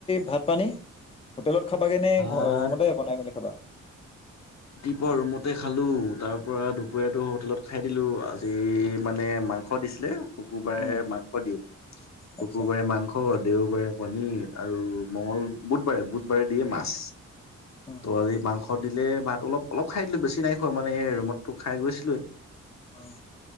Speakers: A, on the left; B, on the left.
A: ভাত পানী হোটেলত খাবাগে নে
B: ভাত
A: ঘ ৰুমতে বনাই মেলি খাবা
B: আকৌ ৰুমতে খালোঁ তাৰ পৰাৰা দুপৰীয়টো হোটেলত খাই দিলোঁ আজি মানে মাংস দিছিলে শুকুৰবাৰে
A: উম
B: মাংস দিয়ে শুকুৰবাৰে
A: আচ্ছা
B: মাংস দেওবাৰে কনিৰ আৰু মঙ্ল বুধবাৰে বুধবাৰে দিয়ে মাছ।
A: উম
B: তি
A: উম
B: মাংস দিলে ভাল অলপ অলপ খাই দিলো বেছি নাই খ মানে ৰুমতটো খাই গৈছিলোৱেই।
A: উম